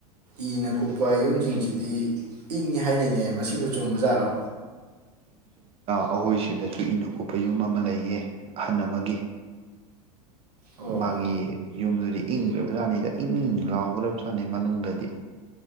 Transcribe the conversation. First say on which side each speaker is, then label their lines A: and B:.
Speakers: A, on the right; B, on the right.
A: ꯏꯅ ꯀꯨꯞꯄ ꯌꯨꯝꯁꯤꯡꯁꯤꯗꯤ ꯏꯪꯉꯤ ꯍꯥꯏꯅꯩꯅꯦ ꯃꯁꯤꯕꯨ ꯆꯨꯝꯕꯖꯥꯠꯂꯣ
B: ꯑꯩꯈꯣꯏꯁꯤꯗꯁꯨꯨ ꯏꯅ ꯀꯨꯞꯄ ꯌꯨꯝ ꯑꯃ ꯂꯩꯌꯦ ꯑꯍꯟ ꯑꯃꯒꯤ
A: ꯑꯣ
B: ꯃꯥꯒꯤ ꯌꯨꯝꯗꯨꯗꯤ ꯏꯪꯒꯔꯕ ꯖꯥꯅꯤꯗ ꯏꯪ ꯏꯪ ꯂꯥꯎꯒ꯭ꯔꯕ ꯃꯅꯤ ꯃꯅꯨꯡꯗꯗꯤ